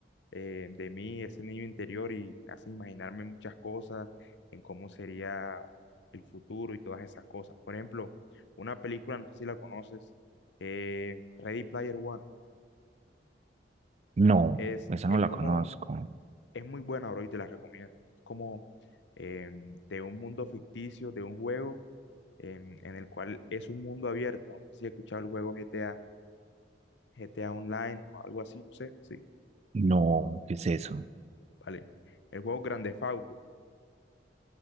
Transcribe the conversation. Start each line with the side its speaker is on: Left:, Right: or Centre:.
Left: eh, de mí ese niño interior y hacen imaginarme muchas cosas en cómo sería el futuro y todas esas cosas. Por ejemplo, una película, no sé si la conoces, eh, Ready Player One.
Right: No,
Left: Es,
Right: esa
Left: es
Right: no la
Left: como,
Right: conozco.
Left: es muy buena, bro, y te la recomiendo. Es como em, de un mundo ficticio, de un juego em, en el cual es un mundo abierto. No sé si he escuchado el juego GTA, GTA Online o algo así, no sé. Sí,
Right: No, ¿qué es eso?
Left: vale. El juego grand Theft Auto.